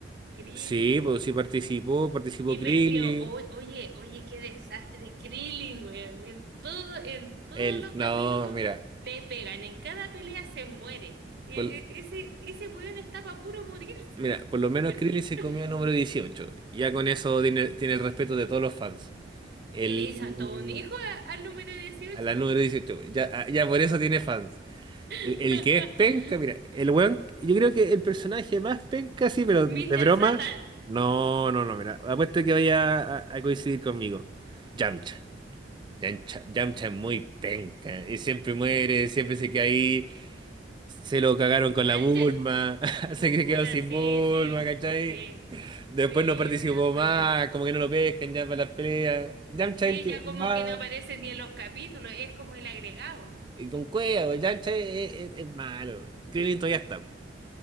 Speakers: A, on the right (about 60°); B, on the right (about 25°).
A: Krillin?
B: Sí, pues sí participó, participó
A: Y
B: Krillin.
A: perdió. O- oye, oye, qué desastre de Krillin, weón. En todo, en todos
B: El,
A: los
B: no,
A: capítulos
B: mira,
A: le pegan, en cada pelea se muere. E-
B: por,
A: e- ese, ese weón está para puro morirse.
B: mira, por lo menos Krillin se
A: <laughs>
B: comió el número 18. Ya con eso tiene, tiene el respeto de todos los fans. El,
A: Y le hizo hasta un hijo a- al número dieciocho
B: a la número
A: po.
B: dieciocho. ya, ah, ya por eso tiene fans.
A: <laughs>
B: El, el que es penca, mira, el weón, yo creo que el personaje más penca, sí, pero
A: Mr.
B: de broma,
A: Satan.
B: no, no, no, mira, apuesto que vaya a, a coincidir conmigo. Yamcha. Yamcha, Yamcha es muy penca, y siempre muere, siempre se queda ahí. Se lo cagaron con
A: Y
B: la
A: él
B: Bulma,
A: se-
B: <laughs> se
A: Puta,
B: que- quedó sin
A: sí,
B: Bulma,
A: sí,
B: ¿cachai?
A: sí,
B: Después
A: sí,
B: no participó
A: weón,
B: más,
A: también.
B: como que no lo pescan ya para las peleas. Yamcha
A: Sí,
B: es el que
A: ya
B: es más.
A: como que no aparece ni en los capítulos, es como el agregado.
B: Y con cueva, güey, Yamcha es, es- es malo. Krillin todavía está. po.